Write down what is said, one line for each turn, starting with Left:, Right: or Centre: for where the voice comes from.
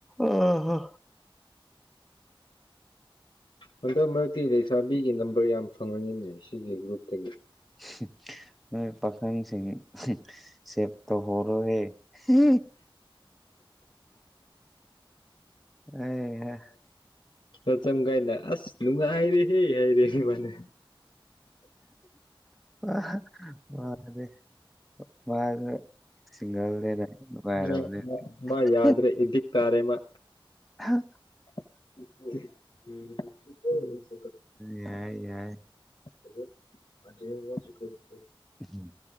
Centre: ꯑ ꯍꯥ
Left: ꯍꯟꯗꯛ ꯃꯔꯛꯇꯤ ꯂꯩꯁꯥꯕꯤꯒꯤ ꯅꯝꯕꯔ ꯌꯥꯝ ꯐꯪꯉꯏꯅꯦ ꯁꯤꯒꯤ ꯒ꯭ꯔꯨꯞꯇꯒꯤ
Centre: ꯍꯝ ꯅꯣꯏ ꯄꯥꯈꯪꯁꯤꯡ ꯁꯦꯞꯇꯧ ꯇꯧꯍꯧꯔꯣꯍꯦ ꯍꯤ ꯑꯦ ꯍꯩ ꯍꯥ
Left: ꯆ ꯆꯝ ꯒꯥꯏꯅ ꯑꯁ ꯅꯨꯡꯉꯥꯏꯔꯦꯍꯦ ꯍꯥꯏꯔꯦ ꯃꯥꯅ
Centre: ꯑꯥ ꯃꯥꯟꯅꯗꯦ ꯃꯥꯟꯅ ꯁꯤꯡꯒꯜꯅꯦꯅ ꯅꯨꯉꯥꯏꯔꯕꯅꯦ
Left: ꯃꯥ ꯃꯥ ꯃꯥ ꯌꯥꯗ꯭ꯔꯦ
Centre: ꯍꯦ
Left: ꯑꯦꯗꯤꯛ ꯇꯥꯔꯦ ꯃꯥ
Centre: ꯑꯍꯥ
Left: <unintelligible>
Centre: ꯌꯥꯏ ꯌꯥꯏ
Left: <unintelligible>
Centre: ꯎꯍꯨꯝ